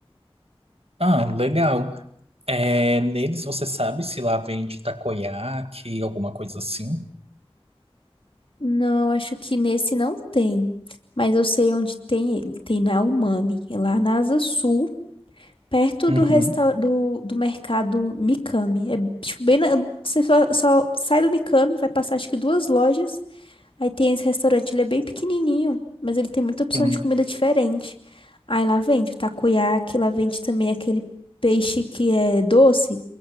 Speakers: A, on the right; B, on the left.
A: Ah, legal. É, neles você sabe se lá vende takoyaki, alguma coisa assim?
B: Não, acho que nesse não tem, mas eu sei onde tem ele. Tem na Umami, é lá na Asa Sul, perto
A: Uhum.
B: do, resta do, do mercado Mikami. É, tipo, bem na... Você só, só sai do Mikami, vai passar acho que duas lojas, Aí tem esse restaurante, ele é bem pequenininho, mas ele tem muita opção
A: Sim.
B: de comida diferente. Aí lá vende o takoyaki, lá vende também aquele peixe que é doce,